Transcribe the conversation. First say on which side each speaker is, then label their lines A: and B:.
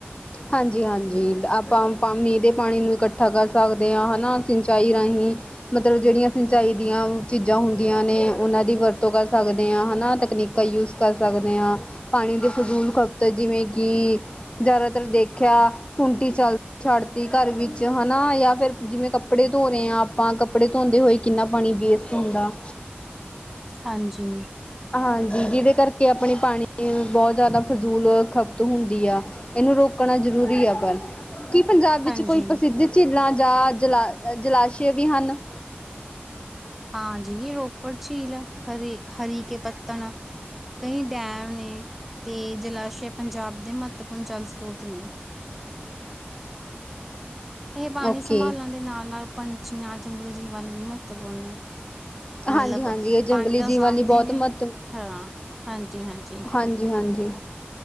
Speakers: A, on the left; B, in the centre.
A: ਹਾਂਜੀ ਹਾਂਜੀ ਆਪਾਂ ਮੀਂਹ ਦੇ ਪਾਣੀ ਨੂੰ ਇਕੱਠਾ ਕਰ ਸਕਦੇ ਹਾਂ ਹਨਾ ਸਿੰਚਾਈ ਰਾਹੀਂ ਮਤਲਬ ਜਿਹੜੀਆਂ ਸਿੰਚਾਈ ਦੀਆਂ ਚੀਜ਼ਾਂ ਹੁੰਦੀਆਂ ਨੇ ਉਹਨਾਂ ਦੀ ਵਰਤੋਂ ਕਰ ਸਕਦੇ ਹਾਂ ਹੈ ਨਾ ਤਕਨੀਕਾਂ ਯੂਜ ਕਰ ਸਕਦੇ ਹਾਂ ਪਾਣੀ ਦੇ ਫਜ਼ੂਲ ਖਪਤ ਜਿਵੇਂ ਕਿ ਜ਼ਿਆਦਾਤਰ ਦੇਖਿਆ ਟੁੰਟੀ ਚੱਲ ਛੱਡ ਤੀ ਘਰ ਵਿੱਚ ਹਨਾ ਜਾਂ ਫਿਰ। ਜਿਵੇਂ ਕੱਪੜੇ ਧੋ ਰਹੇ ਹਾਂ ਆਪਾਂ ਕੱਪੜੇ ਧੋਂਦੇ ਹੋਏ ਕਿੰਨਾ ਪਾਣੀ ਵੇਸਟ ਹੁੰਦਾ ਹੈ।
B: ਹਾਂਜੀ।
A: ਹਾਂਜੀ ਜਿਹਦੇ ਕਰਕੇ ਆਪਣੀ ਪਾਣੀ ਬਹੁਤ ਜ਼ਿਆਦਾ ਫਜ਼ੂਲ ਖਪਤ ਹੁੰਦੀ ਆ। ਇਹਨੂੰ ਰੋਕਣਾ ਜ਼ਰੂਰੀ ਹੈ। ਪਰ ਕੀ ਪੰਜਾਬ ਵਿੱਚ
B: ਹਾਂਜੀ
A: ਕੋਈ ਪ੍ਰਸਿੱਧ। ਝੀਲਾਂ ਜਾਂ ਜਲਾ ਜਲਾਸ਼ੇ ਵੀ ਹਨ।
B: ਹਾਂਜੀ ਰੋਪੜ ਝੀਲ ਹਰੇ। ਹਰੀ ਕੇ ਪੱਤਣ ਕਈ ਡੈਮ ਨੇ ਤੇ ਜਲਾਸ਼ਯ। ਪੰਜਾਬ ਦੇ ਮਹੱਤਵਪੂਰਨ ਜਲ ਸਰੋਤ ਨੇ। ਇਹ ਪਾਣੀ
A: ਓਕੇ
B: ਸੰਭਾਲਣ ਦੇ ਨਾਲ ਨਾਲ ਪੰਛੀਆਂ ਜੰਗਲੀ ਜੀਵਾਂ ਲਈ ਵੀ ਮਹੱਤਵਪੂਰਨ ਹੈ। ਮਤਲਬ
A: ਹਾਂਜੀ ਹਾਂਜੀ ਇਹ ਜੰਗਲੀ
B: ਪਾਣੀ ਤਾਂ ਸਾਂਭਦੇ
A: ਜੀਵਾਂ ਲਈ ਬਹੁਤ
B: ਨੇ।
A: ਮਹੱਤਵ
B: ਹਾਂ ਹਾਂਜੀ-ਹਾਂਜੀ।
A: ਹਾਂਜੀ ਹਾਂਜੀ